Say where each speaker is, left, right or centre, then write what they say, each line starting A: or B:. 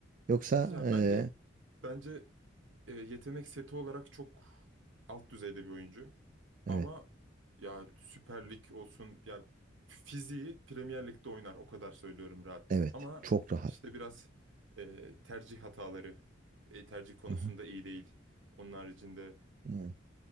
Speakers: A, on the right (about 45°); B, on the right (about 80°).
A: Yoksa
B: Ya
A: ee,
B: bence bence e, yetenek seti olarak çok alt düzeyde bir oyuncu.
A: evet
B: Ama ya Süper Lig olsun yani fiziği Premier Lig'de oynar o kadar söylüyorum rahat.
A: evet
B: Ama
A: çok rahat.
B: işte biraz e, tercih hataları e, tercih konusunda
A: Hı hı,
B: iyi değil. Onun haricinde
A: evet.